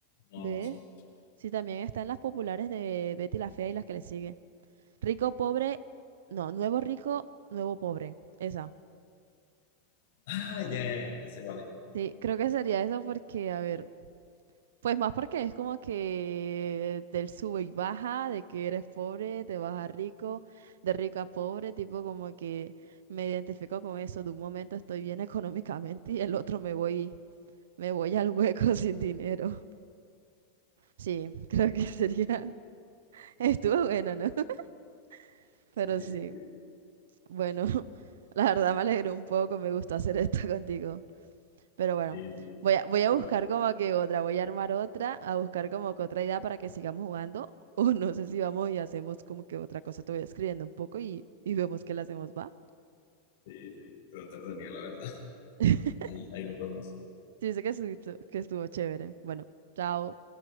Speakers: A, on the left (about 75°); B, on the right (about 85°).
A: No,
B: ¿Ves?
A: no me suena.
B: Sí, también está en las populares de Betty la Fea y las que le siguen. Rico, pobre, no, nuevo rico, nuevo pobre. Esa.
A: Ah, ya, ya, ya sé cuál es.
B: Sí, creo que sería eso porque, a ver, pues más porque es como que del sube y baja, de que eres pobre, te vas a rico, de rico a pobre, tipo como que me identifico con eso, de un momento estoy bien <laughs> económicamente y el otro me voy, me voy al hueco <laughs> sin dinero. Sí, <laughs> creo que sería, <laughs> estuvo bueno, ¿no? <laughs>
A: <laughs> Sí,
B: Pero sí,
A: sí,
B: bueno, <laughs> la verdad me alegró un poco, me gustó hacer esto <laughs> contigo. Pero bueno,
A: sí, sí.
B: voy a, voy a
A: Igual.
B: buscar como que otra, voy a armar otra, a buscar como que otra idea para que sigamos jugando. <laughs> O no sé si vamos y hacemos como que otra cosa. Te voy escribiendo un poco y, y vemos qué la hacemos, ¿va?
A: Sí, sí. Pero entretenido, la verdad.
B: <laughs>
A: Ahí, ahí nos vemos.
B: Sí, sé que estu- que estuvo chévere. Bueno, chao.